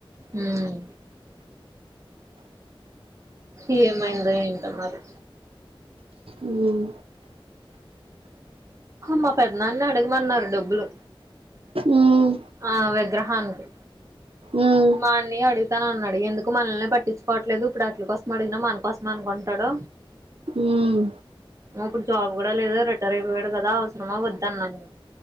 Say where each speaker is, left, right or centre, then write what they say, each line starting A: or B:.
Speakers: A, on the right (about 35°); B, on the right (about 85°).
A: హ్మ్మ్ ఏమైందో ఏంటో మరి
B: ఉమ్
A: మా పెద్దనాన్న ని అడగమన్నారు డబ్బులు
B: ఉమ్
A: ఆ విగ్రహానికి
B: ఉమ్
A: మా అన్నయ్ అడుగుతా నన్నాడు ఎందుకు మనల్నే పట్టించుకోవట్లేదు ఇప్పుడు ఆట్ల కోసం అడిగినా మన కోసం అనుకుంటాడు
B: ఉమ్
A: ఇప్పుడు జాబ్ కూడా లేదు రిటైర్ అయిపోయాడు. రా అవసరమా వద్దాన్నా నేను